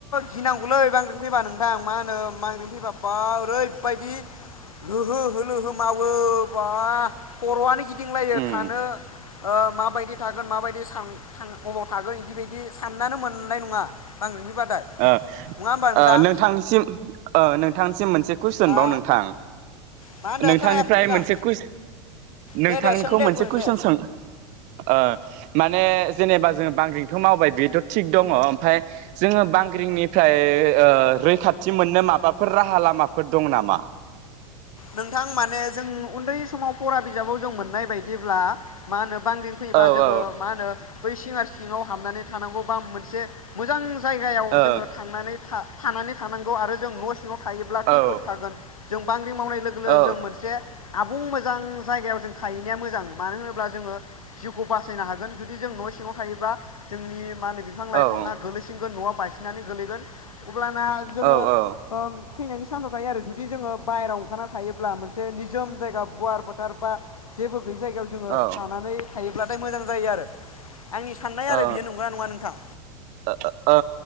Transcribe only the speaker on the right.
उम
ओ
ओ नोंथांनिसिम ओ नोंथां सिम मोनसे कुइसन
बाव नोंथां
नोंथांनिफ्राय
मोनसे कुइस नोंथांखौ
मोनसे कुइसन
सों ओ माने जेनेबा जोङो बांग्रिंथ मावबाय बेथ थिग दङ ओमफ्रायाय जोङो बां फांग्रिनिफ्राय ओ रैखाथि मोननो माबाफोर राहा लामाफोर दं नामा?
औ
औ
औ
औ
औ
औ
औ औ
औ ओं
औ
ओ ओ